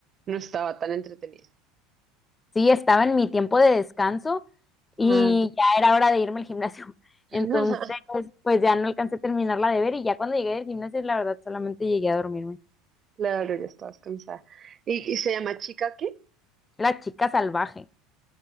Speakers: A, on the right; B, on the left.
A: no estaba tan entretenida?
B: Sí, estaba en mi tiempo de descanso y
A: Ah,
B: ya era hora de irme al gimnasio. <laughs>
A: <laughs>
B: Entonces, pues ya no alcancé a terminarla de ver y ya cuando llegué del gimnasio, la verdad, solamente llegué a dormirme.
A: claro, ya estabas cansada. ¿Y, y se llama Chica qué?
B: La chica salvaje.